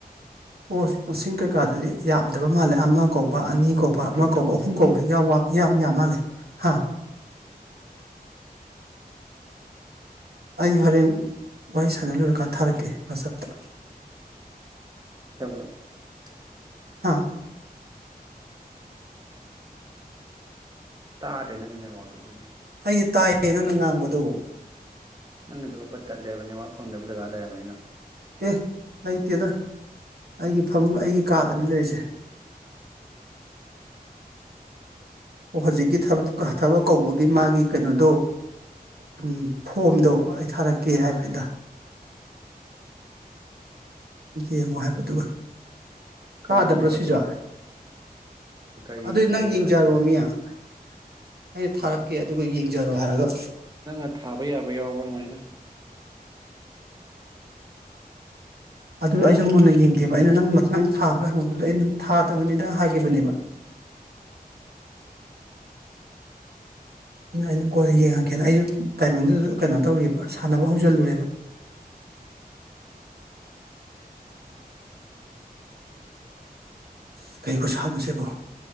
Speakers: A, on the right; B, on the right.
A: ꯄꯣꯁ ꯀꯩꯀꯥꯗꯨꯗꯤ ꯌꯥꯝꯗꯕ ꯃꯥꯜꯂꯦ ꯑꯃ ꯀꯧꯕ ꯑꯅꯤ ꯀꯧꯕ ꯑꯃ
B: ꯀꯩ
A: ꯀꯧꯕ
B: ꯇꯧꯕꯅꯣ
A: ꯑꯍꯨꯝ ꯀꯧꯕ ꯏꯌꯥꯎ ꯋꯥꯡ ꯌꯥꯝ ꯌꯥꯝ ꯃꯥꯜꯂꯦ ꯍꯥꯥ ꯑꯩ ꯍꯣꯔꯦꯟ ꯋꯥꯔꯤ ꯁꯥꯟꯅ ꯂꯣꯏꯔꯀꯥꯟꯗ ꯊꯥꯔꯛꯀꯦ ꯋꯥꯆꯞꯇ
B: <unintelligible>
A: ꯍꯥꯥ
B: ꯇꯥꯗ꯭ꯔꯦ ꯅꯪꯒꯤ ꯅꯦꯠꯋꯥꯛꯇꯣ ꯐꯖꯅ
A: ꯑꯩꯗꯤ ꯇꯥꯏꯌꯦ ꯅꯪꯅ ꯉꯥꯡꯕꯗꯣ
B: ꯅꯪ ꯑꯗꯨꯞꯄꯠ ꯇꯠꯂꯦꯕ ꯅꯦꯋꯥꯥꯛ ꯐꯪꯗꯕ ꯖꯒꯥ ꯂꯩꯔꯝ ꯃꯥꯏꯅ
A: ꯑꯦ ꯂꯩꯇꯦꯗ ꯑꯩꯒꯤ ꯐꯝꯒ ꯑꯩꯒꯤ ꯀꯥꯗꯅꯤ ꯂꯩꯔꯤꯁꯦ ꯑꯣ ꯍꯧꯖꯤꯛꯀꯤ ꯊꯕꯛ ꯊꯕꯛ ꯀꯧꯕꯒꯤ ꯃꯥꯒꯤ ꯀꯩꯅꯣꯗꯣ ꯎꯝ ꯐꯣꯝꯗꯣ ꯑꯩ ꯊꯥꯔꯛꯀꯦ ꯍꯥꯏꯕꯅꯤꯗ ꯌꯦꯡꯉꯣ ꯍꯥꯏꯕꯗꯨꯒ ꯇꯥꯗꯕ꯭ꯔꯣꯁꯤꯖꯨ
B: ꯀꯔꯤꯒꯤꯅꯣꯕ ꯀꯔꯤ
A: ꯑꯗꯨꯗꯤ ꯅꯪ
B: ꯀꯔꯤ
A: ꯌꯦꯡꯖꯔꯣꯃꯤ
B: ꯇꯧꯕ ꯑꯣꯏ
A: ꯑꯩꯅ ꯊꯥꯔꯛꯀꯦ
B: ꯎꯝ
A: ꯑꯗꯨꯒ ꯌꯦꯡ ꯖꯂꯣ ꯍꯥꯏꯔꯒ
B: ꯅꯪꯅ ꯊꯥꯕ ꯌꯥꯕ ꯌꯥꯎꯕ꯭ꯔꯥ ꯍꯪꯕꯅꯤꯗ
A: ꯑꯗꯨ ꯑꯩꯁꯨ ꯃꯨꯟꯅ ꯌꯦꯡꯗꯦꯕ ꯑꯩꯅ ꯅꯪ ꯅꯪ ꯊꯥꯕ꯭ꯔꯥ ꯍꯪꯉꯨꯕꯗꯨꯗ ꯑꯩ ꯅꯪ ꯊꯥꯗꯕꯅꯤꯗ ꯍꯥꯏꯈꯤꯕꯅꯦꯕ ꯗꯨꯅ ꯑꯩꯅ ꯀꯣꯟꯅ ꯌꯦꯡꯉꯒꯦꯅ ꯑꯩꯁꯨ ꯇꯥꯏꯃꯤꯡꯗꯨꯗ ꯀꯩꯅꯣ ꯇꯧꯔꯤꯕ ꯁꯥꯟꯅꯕ ꯍꯧꯖꯤꯜꯂꯨꯔꯦꯕ ꯎ ꯀꯩ ꯈꯨꯁꯥꯅꯣꯁꯤꯕꯣ